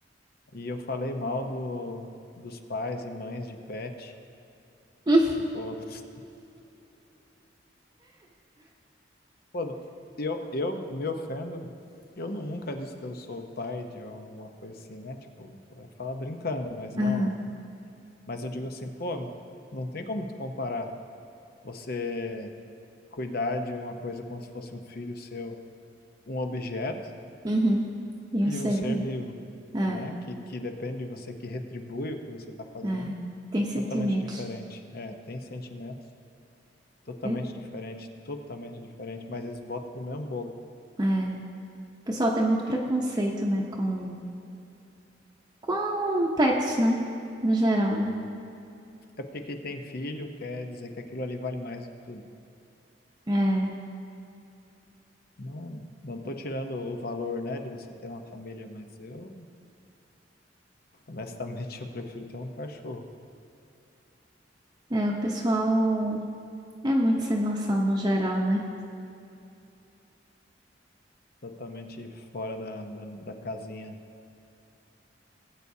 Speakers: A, on the left (about 55°); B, on the right (about 25°).
A: e eu falei mal do dos pais e mães de pet,
B: Hum.
A: tipo, <laughs> pô, eu eu me ofendo. Eu nu- nunca disse que eu sou pai de alguma coisa assim, né? Tipo, fala brincando, mas não,
B: Aham.
A: mas eu digo assim, pô, não tem como tu comparar você cuidar de uma coisa como se fosse um filho seu, um objeto
B: Uhum. E um
A: E
B: ser
A: um ser
B: vivo.
A: vivo,
B: É,
A: né? Que, que depende de você, que retribui o que você está fazendo.
B: é. Tem
A: É
B: sentimentos.
A: totalmente diferente. É, tem sentimentos totalmente
B: É.
A: diferentes, totalmente diferentes, mas eles botam no mesmo bolo.
B: É. O pessoal tem muito preconceito, né? Com, com pets, né? No geral, né?
A: É porque quem tem filho quer dizer que aquilo ali vale mais do que tudo.
B: É.
A: Não, não tô tirando o valor, né, de você ter uma família, mas eu, honestamente, <laughs> eu prefiro ter um cachorro
B: É, o pessoal é muito sem noção no geral, né?
A: totalmente fora da, da, da casinha.